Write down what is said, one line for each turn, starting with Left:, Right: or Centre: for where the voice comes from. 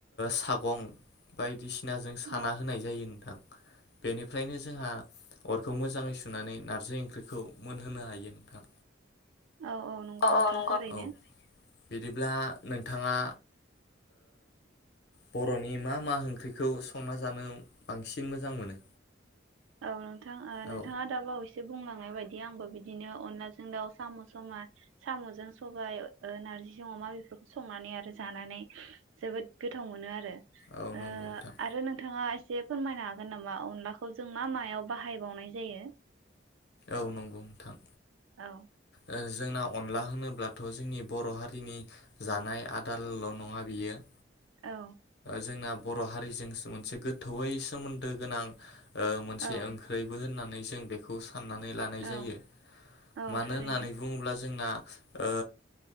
Left: सागं बायदिसिना सिनाजों साना
Right: औ
Left: होनाय जायो नोंथां। बेनिफ्रायनो जोंहा अरखौ मोजाङै सुनानै नारजि ओंख्रिखौ मोनहोनो हायो नोंथां।
Right: औ
Left: औ
Right: नोंथां
Left: औ नंगौ
Right: थारैनो
Left: औ बिदिब्ला नोंथाङा बर'नि मा मा ओंख्रिखौ संना जानो बांसिन मोजां मोनो?
Right: औ नोंथां नोंथाङा
Left: औ
Right: दाबावैसो एसे बुंलांनाय बायदि आंबो बिदिनो अनलाजों दाउ साम' साम'जों सबाय नार्जिजों अमा बेफोरखौ संनानै आरो जानानै जोबोद गोथाव मोनो आरो।
Left: औ
Right: ओ
Left: नंगौ नोंथां
Right: आरो नोंथाङा एसे जे फोरमायनो हागोन नामा अनलाखौ? जों मा मायाव बाहायबावनाय जायो।
Left: औ नंगौ नोंथां।
Right: औ
Left: ओ जोंना अनला होनोब्लाथ' जोंनि बर' हारिनि जानाय आदारल' नङा बियो
Right: औ
Left: जोंना बर' हारिजों मोनसे गोथौयै सोमोन्दो गोनां। ओ मोनसे
Right: औ
Left: ओंख्रैबो होननानै जों बेखौ साननानै लानाय
Right: औ
Left: जायो
Right: औ
Left: मानो
Right: थारैनो
Left: होननानै बुङोब्ला जोंना। ओ